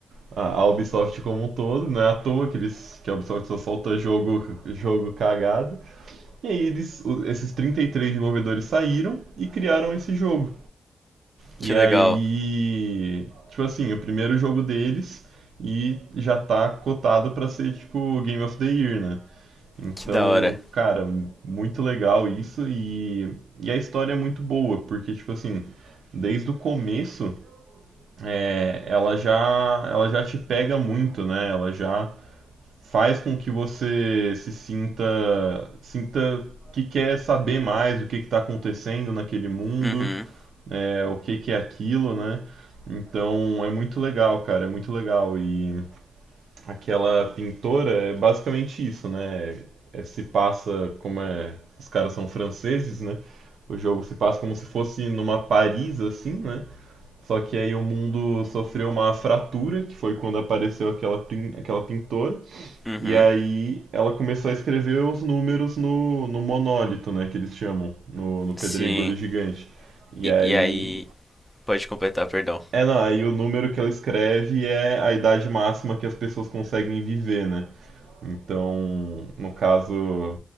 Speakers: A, on the right; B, in the centre.
A: a a Ubisoft como um todo, não é à toa que, eles, que a Ubisoft só solta jogo, jogo cagado. E aí eles, o- esses 33 desenvolvedores saíram e criaram esse jogo. E
B: que legal,
A: aí, tipo assim, o primeiro jogo deles e já tá cotado pra ser tipo Game of the Year, né? Então,
B: que da hora.
A: cara, muito legal isso e, e a história é muito boa, porque tipo assim, desde o começo, é, ela já ela já te pega muito, né? Ela já faz com que você se sinta sinta que quer saber mais o que está acontecendo naquele mundo,
B: Uhum,
A: é, o que, que é aquilo, né? Então é muito legal, cara, é muito legal. E aquela pintora é basicamente isso, né? É, se passa como é. Os caras são franceses, né? O jogo se passa como se fosse numa Paris, assim, né? Só que aí o mundo sofreu uma fratura, que foi quando apareceu aquela, pin- aquela pintora.
B: uhum,
A: E aí ela começou a escrever os números no, no monólito, né, que eles chamam, no, no pedregulho
B: sim.
A: gigante. E
B: E,
A: aí,
B: e aí, pode completar, perdão.
A: é, não, aí o número que ela escreve é a idade máxima que as pessoas conseguem viver, né? Então, no caso,